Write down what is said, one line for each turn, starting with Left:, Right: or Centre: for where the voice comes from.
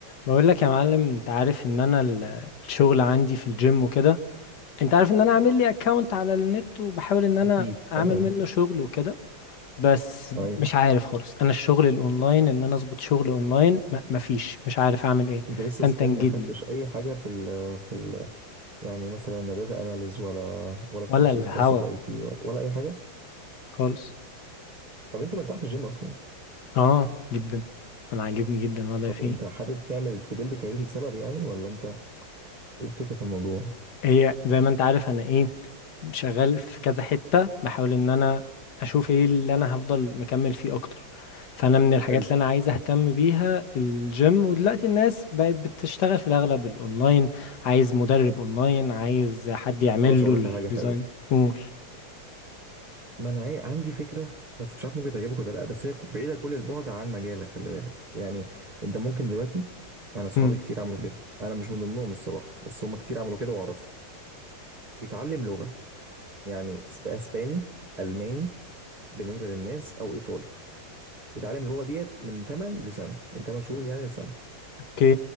Left: بقول لك يا معلم انت عارف ان انا ال- الشغل عندي في الجيم وكده انت عارف ان انا عامل لي اكونت على النت وبحاول ان انا
Right: اكيد
Left: اعمل
Right: تمام
Left: منه شغل وكده بس
Right: ايوه
Left: مش عارف خالص انا الشغل الاونلاين ان انا اظبط شغل اونلاين ما- مفيش مش عارف اعمل ايه
Right: انت لسه
Left: فانت
Right: ستيل
Left: انجدني
Right: ما خدتش اي حاجه في ال في ال يعني مثلا لا داتا اناليز ولا ولا كورسز
Left: ولا الهوا
Right: خاصه باي تي ولا, ولا اي حاجه
Left: خالص
Right: طب انت مرتاح في الجيم اصلا
Left: اه جدا انا عاجبني جدا الوضع
Right: طب
Left: فيه
Right: انت حابب تعمل تبيلد كارير لسبب يعني ولا انت ايه الفكره في الموضوع
Left: هي زي ما انت عارف انا ايه شغال في كذا حتة بحاول ان انا اشوف ايه اللي انا هفضل مكمل فيه اكتر فانا من الحاجات
Right: حلو
Left: اللي انا عايز اهتم بيها الجيم ودلوقتي الناس بقت بتشتغل في الاغلب الاونلاين عايز مدرب اونلاين عايز حد يعمل
Right: خلاص اقول
Left: له الديزاين
Right: لك على حاجه حلوه
Left: قول
Right: ما انا عاي- عندي فكره بس مش عارف ممكن تعجبك ولا لا بس هي بعيده كل البعد عن مجالك خلي بالك يعني انت ممكن دلوقتي انا اصحابي
Left: مم.
Right: كتير عملوا كده انا مش من ضمنهم الصراحه بس هم كتير عملوا كده واعرفهم يتعلم لغه يعني إسب- اسباني الماني بالنسبه للناس او ايطالي بيتعلم اللغه ديت من 8 لسنه من 8 شهور يعني لسنه
Left: اوكي